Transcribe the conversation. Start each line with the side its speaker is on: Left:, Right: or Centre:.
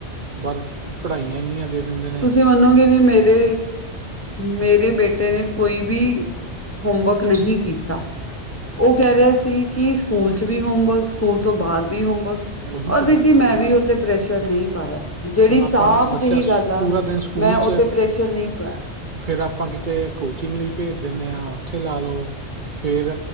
Right: ਪਰ ਪੜ੍ਹਾਈਆਂ ਇਨੀਆਂ ਦੇ ਦਿੰਦੇ ਨੇ।
Left: ਤੁਸੀਂ ਮੰਨੋਗੇ ਨੀ ਮੇਰੇ ਮੇਰੇ ਬੇਟੇ ਨੇ ਕੋਈ ਵੀ, ਹੋਮਵਰਕ ਨਹੀਂ ਕੀਤਾ। ਉਹ ਕਹਿ ਰਿਹਾ ਸੀ ਕਿ ਸਕੂਲ 'ਚ' ਵੀ ਹੋਮਵਰਕ ਸਕੂਲ ਤੋਂ ਬਾਅਦ ਵੀ ਹੋਮਵਰਕ।
Right: ਉਹੀ
Left: ਔਰ
Right: ਤਾਂ
Left: ਵੀਰ
Right: ਗੱਲ
Left: ਜੀ
Right: ਆ
Left: ਮੈਂ
Right: ਨਾ
Left: ਵੀ ਉਹ ਤੇ ਪ੍ਰੈਸ਼ਰ ਨਹੀਂ ਪਾਇਆ। ਜਿਹੜੀ
Right: ਹੁਣ
Left: ਸਾਫ
Right: ਆਪਾਂ ਬੱਚਾ
Left: ਜਿਹੀ
Right: ਸ-
Left: ਗੱਲ ਆ।
Right: ਪੂਰਾ ਦਿਨ ਸਕੂਲ
Left: ਮੈਂ ਉਹ
Right: 'ਚ
Left: ਤੇ ਪ੍ਰੈਸ਼ਰ ਨਹੀਂ ਪਾਇਆ।
Right: ਫਿਰ ਆਪਾਂ ਕਿਤੇ ਕੋਚਿੰਗ ਲਈ ਭੇਜ ਦਿਣੇ ਆ ਉੱਥੇ ਲਾ ਲਉ। ਫਿਰ